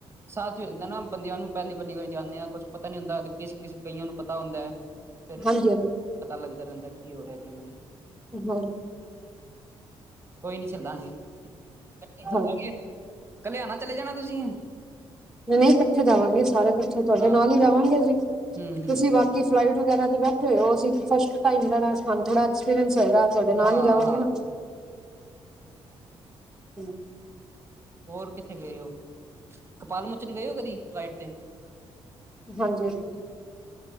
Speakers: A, on the right; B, in the centre.
A: ਸਾਥ ਝਿੜਕਦੇ ਨਾ ਬੰਦਿਆਂ ਨੂੰ, ਪਹਿਲੀ-ਪਹਿਲੀ ਵਾਰੀ ਜਾਂਨੇ ਆ, ਕੁਛ ਪਤਾ ਨੀ ਹੁੰਦਾ ਕਿਸੇ-ਕਿਸੇ ਕਈਆਂ ਨੂੰ ਪਤਾ ਹੁੰਦੈ। ਫਿਰ,
B: ਹਾਂਜੀ ਹਾਂਜੀ
A: ਪਤਾ ਲੱਗਦਾ ਰਹਿੰਦਾ ਕੀ ਹੋ ਰਿਹਾ, ਕੀ ਨਹੀਂ।
B: ਹੋਰ?
A: ਕੋਈ ਨੀ ਚੱਲਾਂਗੇ, ਇਕੱਠੇ ਚੱਲਾਂਗੇ
B: ਹਾਂ
A: ਕਲਿਆ ਨਾ ਚਲੇ ਜਾਣਾ ਤੁਸੀ।
B: ਨਹੀਂ ਇਕੱਠੇ ਜਾਵਾਂਗੇ, ਸਾਰੇ ਇਕੱਠੇ ਤੁਵਾਡੇ
A: ਹਾਂ
B: ਨਾਲ ਈ ਜਾਵਾਂਗੇ ਜੀ,
A: ਹਮ ਹਮ
B: ਤੁਸੀਂ ਬਾਕੀ ਫਲਾਈਟ ਵਗੈਰਾ ਤੇ ਬੈਠੇ ਹੋਏ ਓ, ਅਸੀਂ ਫਸਟ ਟਾਈਮ ਬੈਣਾ, ਸਾਨੂੰ ਥੋੜ੍ਹਾ ਐਕਸਪੀਰੀਅਂਸ ਹੋਏਗਾ, ਤੁਹਾਡੇ ਨਾਲ
A: ਹਾਂ
B: ਈ ਜਾਵਾਂਗੇ
A: ਹਾਂ
B: ਨਾ। ਹੰ
A: ਹੋਰ ਕਿੱਥੇ ਗਏ ਓ, ਕਪਾਲਮੋਚਨ ਗਏ ਓ, ਕਦੀ ਫਲਾਈਟ ਤੇ?
B: ਹਾਂਜੀ-ਹਾਂਜੀ।